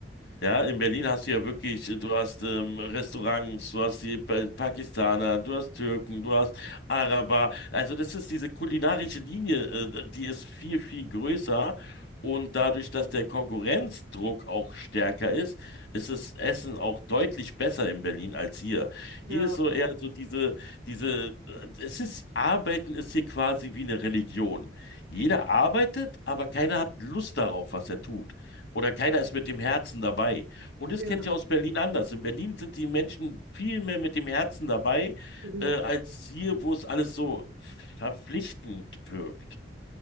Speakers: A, on the left; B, on the right.
A: Ja, in Berlin hast du ja wirklich, du hast ähm, Restaurants, du hast die Pa- Pakistaner, du hast Türken, du hast Araber. Also das ist diese kulinarische Linie, äh, die ist viel, viel größer. Und dadurch, dass der Konkurrenzdruck auch stärker ist, ist das Essen auch deutlich besser in Berlin als hier.
B: Ja,
A: Hier ist so eher so diese, diese, es ist, Arbeiten ist hier quasi wie eine Religion. Jeder arbeitet, aber keiner hat Lust darauf, was er tut. Oder keiner ist mit dem Herzen dabei. Und das
B: ja.
A: kenne ich aus Berlin anders. In Berlin sind die Menschen viel mehr mit dem Herzen dabei,
B: Mhm.
A: äh, als hier, wo es alles so verpflichtend wirkt.